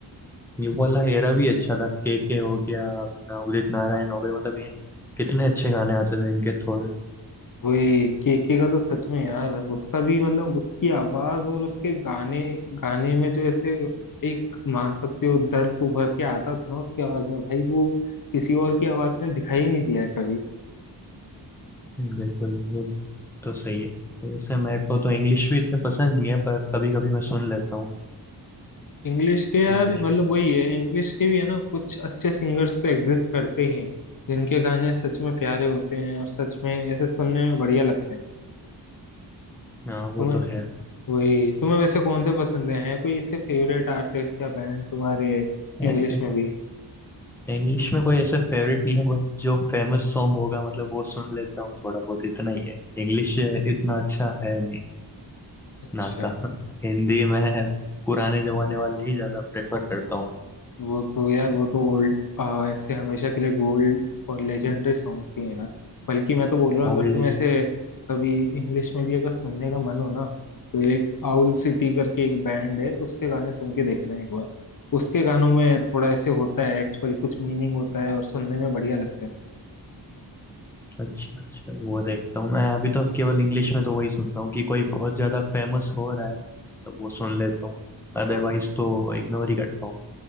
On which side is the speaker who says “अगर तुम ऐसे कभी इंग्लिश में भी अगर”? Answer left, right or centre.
Left